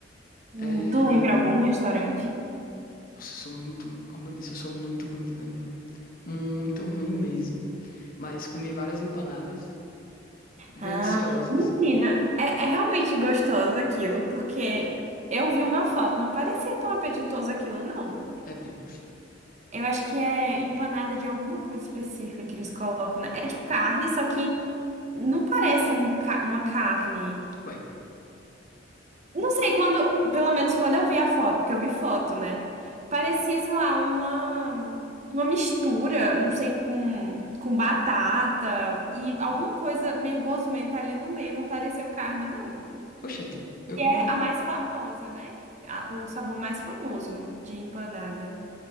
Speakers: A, on the left; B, on the right.
A: É...
B: Hum, tu lembra algum restaurante?
A: Nossa, eu sou muito, como eu disse, eu sou muito ruim de memória. Muito ruim mesmo. Mas comi várias empanadas deliciosas.
B: Ah, menina, é, é realmente gostoso aquilo, porque eu vi uma foto, não parecia tão apetitoso aquilo, não.
A: É bem gostoso.
B: Eu acho que é empanada de alguma coisa específica que eles colocam, né? É tipo carne, só que não parece um ca- uma carne.
A: Ué,
B: Não sei, quando, pelo menos quando eu vi a foto, porque eu vi foto, né? Parecia, sei lá, uma, uma mistura, não sei, com, com batata e alguma coisa meio gosmenta ali no meio, não pareceu carne, não.
A: oxente, eu
B: E
A: comi.
B: é a mais famosa, né? A- o sabor mais famoso de empanada.